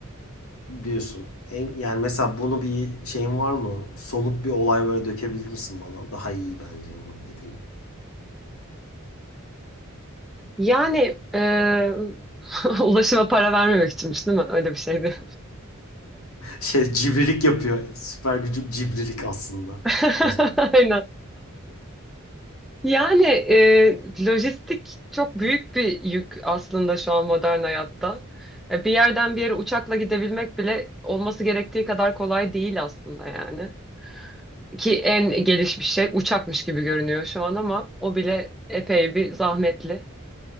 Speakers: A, on the left; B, in the centre.
A: diyorsun. En, yani mesela bunu bir şeyin var mı? Somut bir olay böyle dökebilir misin bana? Daha iyi bence olur dediğin.
B: Yani e, <laughs> ulaşıma para vermemek içinmiş değil mi? Öyle bir şeydi.
A: Şey cibrilik yapıyor. Süper gücüm cibrilik aslında.
B: <laughs>
A: As-
B: Aynen. Yani e, lojistik çok büyük bir yük aslında şu an modern hayatta. E, Bir yerden bir yere uçakla gidebilmek bile olması gerektiği kadar kolay değil aslında yani. Ki en gelişmiş şey uçakmış gibi görünüyor şu an ama o bile epey bir zahmetli.